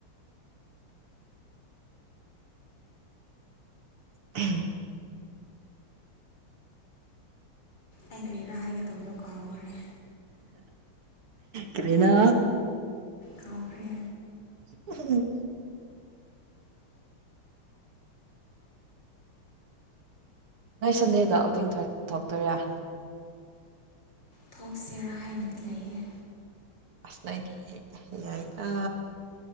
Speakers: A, on the right; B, on the left.
A: ꯎꯝ
B: ꯑꯩ ꯀ꯭ꯔꯤꯔꯥ ꯍꯥꯏꯒꯦ ꯇꯧꯗꯣ ꯀꯥꯎꯈ꯭ꯔꯦ
A: ꯀꯥꯏꯅꯥ
B: ꯀꯥꯎꯈ꯭ꯔꯦ
A: ꯎ ꯅꯣꯏ ꯁꯟꯗꯦꯗ ꯑꯣꯇꯤꯡ ꯊꯣꯛꯇꯣꯏꯔꯥ
B: ꯊꯣꯛꯁꯤꯔꯥ ꯍꯥꯏꯅꯗꯤ ꯂꯩꯌꯦ
A: ꯑꯁꯅꯒꯤ ꯌꯥꯏ ꯑ